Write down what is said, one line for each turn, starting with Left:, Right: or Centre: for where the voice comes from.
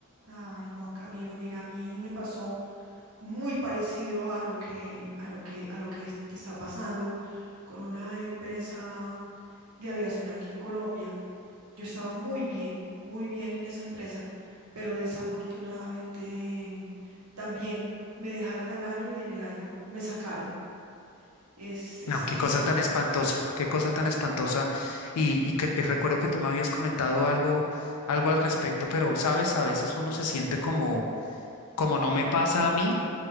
Right: Ay, Juan Camilo, mira, a mí me pasó muy parecido a lo que, a lo que, a lo que te está pasando con una empresa de aviación aquí en Colombia. Yo estaba muy bien, muy bien en esa empresa, pero desafortunadamente también me dejaron al año y en el año me sacaron. Es, es
Left: No,
Right: triste,
Left: qué cosa tan espantosa, qué cosa tan espantosa. Y, y cre- y recuerdo que tú me habías comentado algo, algo al respecto, pero sabes, a veces uno se siente como, como no me pasa a mí,